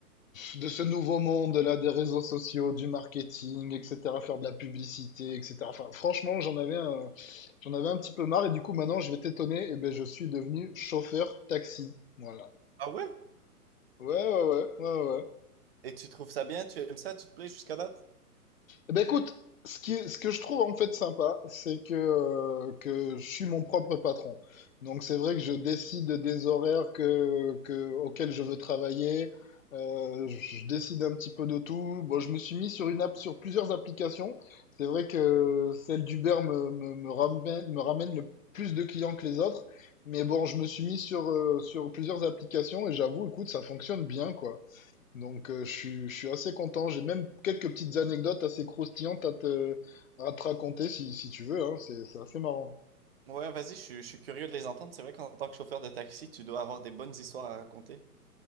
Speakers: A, on the left; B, on the right.
A: de ce nouveau monde, là, des réseaux sociaux, du marketing, etc., faire de la publicité, etc. Enfin, franchement, j'en avais un, j'en avais un petit peu marre. Et du coup, maintenant, je vais t'étonner, et ben, je suis devenu chauffeur taxi. Voilà.
B: Ah ouais?
A: Ouais, ouais, ouais, ouais, ouais.
B: Et tu trouves ça bien? Tu aimes ça? Tu te plais jusqu'à date?
A: Eh Ben écoute, ce qui, ce que je trouve en fait sympa, c'est que, euh, que je suis mon propre patron. Donc c'est vrai que je décide des horaires que, que, auxquels je veux travailler. Euh, je décide un petit peu de tout. Bon, je me suis mis sur une app, sur plusieurs applications. C'est vrai que celle d'Uber me, me, me ramène, me ramène le plus de clients que les autres. Mais bon, je me suis mis sur, euh, sur plusieurs applications et j'avoue, écoute, ça fonctionne bien, quoi. Donc, euh, je suis, je suis assez content. J'ai même quelques petites anecdotes assez croustillantes à te, à te raconter si, si tu veux, hein. C'est, c'est assez marrant.
B: Ouais, vas-y, je, suis je suis curieux de les entendre. C'est vrai qu'en tant que chauffeur de taxi, tu dois avoir des bonnes histoires à raconter.